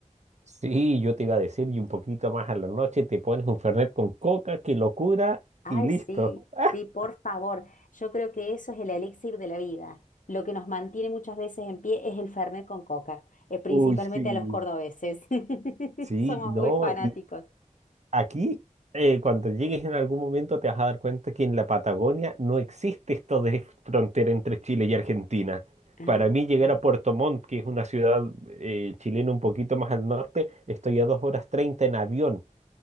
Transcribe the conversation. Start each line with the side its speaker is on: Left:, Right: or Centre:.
Right: Sí, yo te iba a decir, y un poquito más a la noche te pones un Fernet con coca, qué locura,
Left: Ay,
Right: y listo.
Left: sí,
Right: <laughs>
Left: sí, por favor. Yo creo que eso es el elixir de la vida. Lo que nos mantiene muchas veces en pie es el fernet con coca, eh, principalmente
Right: Uy, sí.
Left: a los cordobeses. <laughs>
Right: Sí,
Left: Somos
Right: no,
Left: muy fanáticos.
Right: y aquí eh, cuando llegues en algún momento te vas a dar cuenta que en la Patagonia no existe esto de frontera entre Chile y Argentina.
Left: Ah,
Right: Para mí llegar a Puerto Montt, que es una ciudad eh, chilena un poquito más al norte, estoy a dos horas treinta en avión.